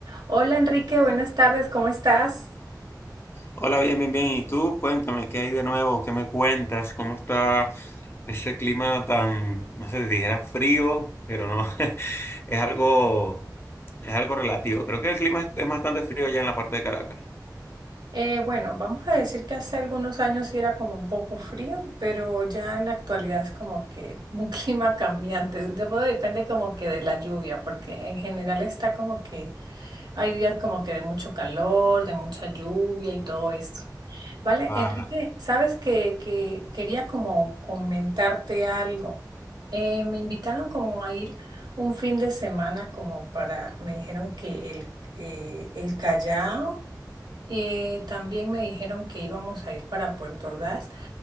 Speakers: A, on the right; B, on the left.
A: Hola Enrique, buenas tardes, ¿cómo estás?
B: Hola, bien, bien, bien. ¿Y tú? Cuéntame, ¿qué hay de nuevo? ¿Qué me cuentas? ¿Cómo está ese clima tan, no sé, dijera frío, pero no, <laughs> es algo, es algo relativo. Creo que el clima es, es bastante frío ya en la parte de Caracas.
A: Eh, bueno, vamos a decir que hace algunos años sí era como un poco frío, pero ya en la actualidad es como que un <laughs> clima cambiante. Debo- depende como que de la lluvia, porque en general está como que Hay días como que de mucho calor, de mucha lluvia y todo esto. Vale,
B: Ajá.
A: Enrique, sabes que, que quería como comentarte algo. Eh, me invitaron como a ir un fin de semana como para, me dijeron que el, eh, el Callao eh, también me dijeron que íbamos a ir para Puerto Ordaz,